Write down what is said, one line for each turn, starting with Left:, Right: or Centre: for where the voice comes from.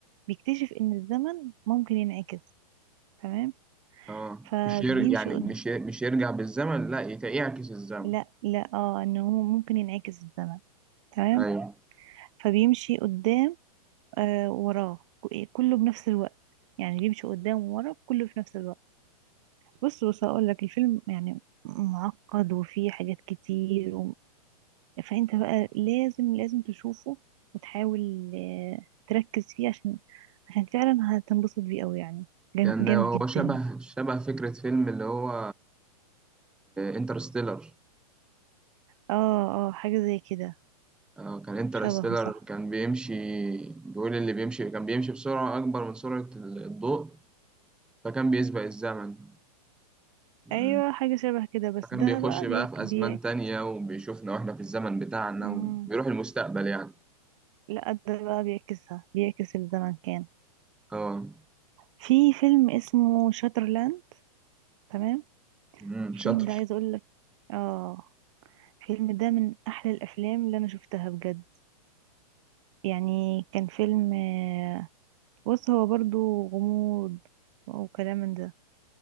Right: بيكتشف ان الزمن ممكن ينعكس تمام
Centre: اه
Right: فبيمشي
Centre: مش ير... يعني
Right: قد...
Centre: مش ي- مش يرجع بالزمن لا يت- يعكس الزمن
Right: لا لا اه ان هو ممكن ينعكس الزمن تمام
Centre: ايوه
Right: فبيمشي قدام آه وراه ك- إيه، كله بنفس الوقت يعني بيمشي قدام وورا كله في نفس الوقت بص بص هقول لك الفيلم يعني معقد وفيه حاجات كتير فانت بقى لازم لازم تشوفه وتحاول آه، تركز فيه عشان عشان فعلا هتنبسط بيه قوي يعني جام-
Centre: كان
Right: جامد
Centre: هو
Right: جدا
Centre: شبه شبه فكرة فيلم اللي هو انترستيلر
Right: اه اه حاجة زي كده
Centre: آه كان انترستيلر
Right: شبهه صح
Centre: كان بيمشي بيقول اللي بيمشي كان بيمشي بسرعة أكبر من سرعة ال- الضوء فكان بيسبق الزمن مم.
Right: ايوه حاجة شبه كده بس
Centre: فكان
Right: ده
Centre: بيخش
Right: بقى
Centre: بقى
Right: بيك
Centre: في
Right: بيك
Centre: أزمان تانية وبيشوفنا وإحنا في الزمن بتاعنا
Right: مم.
Centre: وبيروح المستقبل يعني
Right: لا ده بقى بيعكسها بيعكس الزمن كان
Centre: اه
Right: في فيلم اسمه شاترلاند تمام
Centre: مم،
Right: الفيلم
Centre: شاطر
Right: ده عايز اقول لك اه الفيلم ده من احلى الافلام اللي انا شفتها بجد يعني كان فيلم آه، بص هو برضو غموض وكلام من ده